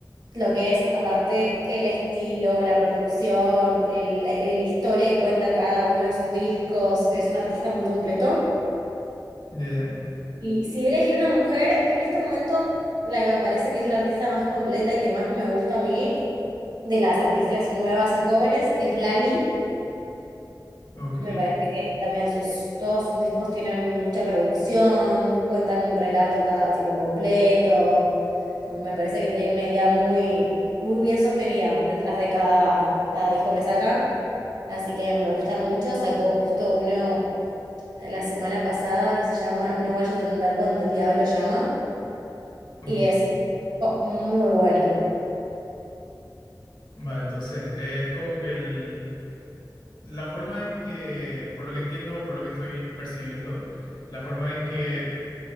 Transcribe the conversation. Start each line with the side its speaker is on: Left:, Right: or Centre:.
Right: Lo que es, aparte, el estilo, la producción, el, el- la historia que cuenta cada uno de sus discos, es un artista muy completo.
Left: Ya, ya.
Right: Y si voy a elegir una mujer, en este momento la que me parece que es la artista más completa y que más me gusta a mí, de las artistas nuevas y jóvenes, es Lali.
Left: Ok,
Right: Me parece que también sus, todos sus discos tienen mucha producción, cuentan un relato cada tipo completo. Me parece que tiene una idea muy, muy bien sostenida detrás de cada, cada disco que saca. Así que me gusta mucho. Sacó justo uno la semana pasada que se llama No vayas a atender cuando el diablo llama
Left: ok.
Right: y es co- muy bueno.
Left: Va, entonces es como que el- la forma en que, por lo que entiendo o por lo que estoy percibiendo, la forma en que